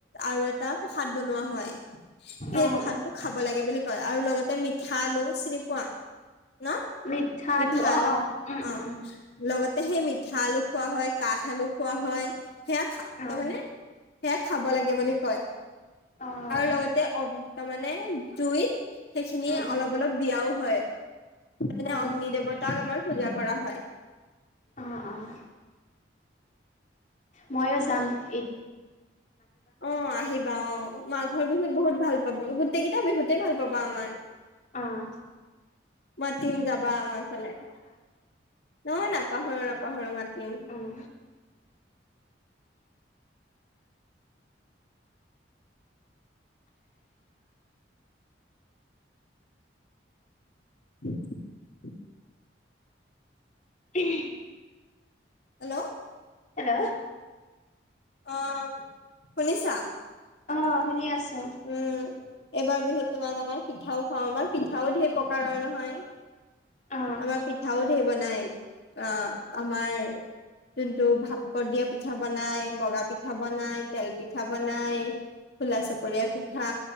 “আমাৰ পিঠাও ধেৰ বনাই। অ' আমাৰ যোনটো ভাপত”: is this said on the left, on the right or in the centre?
Left